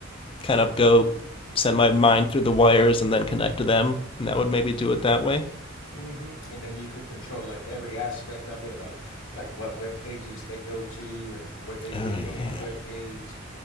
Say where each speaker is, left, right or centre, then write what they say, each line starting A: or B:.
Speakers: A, on the left; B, on the left.
A: kind of go send my mind through the wires and then connect to them, and that would maybe do it that way.
B: hmm And then you could control like every aspect of it, of like what web pages they go to and what they read
A: Oh yeah,
B: on the web page,